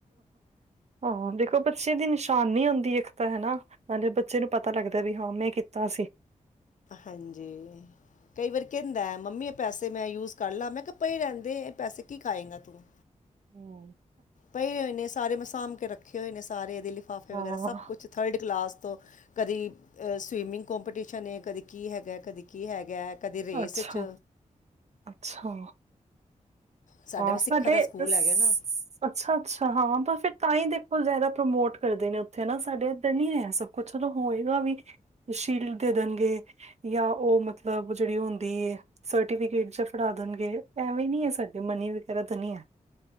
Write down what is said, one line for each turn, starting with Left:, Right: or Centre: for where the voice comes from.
Right: ਹਾਂ ਦੇਖੋ ਬੱਚੇ ਦੀ ਨਿਸ਼ਾਨੀ ਹੁਦੀ ਇੱਕ ਤਾਂ ਹਨਾ। ਨਾਲ਼ੇ ਬੱਚੇ ਨੂੰ ਪਤਾ ਲੱਗਦਾ ਵੀ ਹਾਂ ਮੈਂ ਐ ਕੀਤਾ ਸੀ।
Left: ਹਾਂਜੀ। ਕਈ ਵਾਰੀ ਕਹਿੰਦਾ ਮੰਮੀ ਐ ਪੈਸੇ ਮੈਂ ਯੂਜ ਕਰ ਲਾ ਮੈਂ ਕਿਆ ਪਏ ਰੈਣ ਦੇ ਏ ਪੈਸੇ ਕੀ ਖਾਏਗਾ ਤੂੰ
Right: ਹੂੰ
Left: ਪਏ ਹੋਏ ਨੇ ਸਾਰੇ ਮੈ ਸਾਂਭ ਕੇ ਰੱਖੇ ਹੋਏ ਨੇ ਸਾਰੇ ਇਹਦੇ ਲਿਫਾਫੇ
Right: ਹਾਂ,
Left: ਵਗੈਰਾ ਸਭ ਕੁਛ ਥਰਡ ਕਲਾਸ ਤੋਂ ਕਦੇ ਅ ਸਵੀਮਿੰਗ ਕੋਂਪੀਟੀਸ਼ਨ ਕਦੇ ਕੀ ਹੈਗਾ ਕਦੇ ਕੀ ਹੈਗਾ। ਕਦੇ ਰੇਸ
Right: ਅੱਛਾ,
Left: ਚ
Right: ਅੱਛਾ।
Left: ਸਾਡਾ
Right: ਹਾਂ
Left: ਵੀ ਸਿੱਖਾਂ
Right: ਸਾਡੇ
Left: ਦਾ ਸਕੂਲ
Right: ਸਸ
Left: ਹੈਗਾ ਨਾ
Right: ਅੱਛਾ, ਅੱਛਾ ਹਾਂ ਪਰ ਫ਼ੇਰ ਤਾਂਈ ਦੇਖੋ ਜ਼ਿਆਦਾ ਪ੍ਰਮੋਟ ਕਰਦੇ ਨੇ ਉੱਥੇ ਨਾ ਸਾਡੇ ਇੱਧਰ ਨੀ ਹੈ ਸਬ ਕੁਛਲੋਂ ਹੋਏਗਾ ਵੀ ਸ਼ੀਲਡ ਦੇ ਦੇਣਗੇ। ਜਾਂ ਉਹ ਮਤਲਬ ਜਿਹੜੀ ਹੁੰਦੀ ਐ ਸਰਟੀਫਿਕੇਟ ਜਾਂ ਫੜਾ ਦੇਣਗੇ ਐਵੇਂ ਨੀ ਹੈ ਸਾਡ ਵੀ ਕਰ ਤੇ ਨੀ ਐ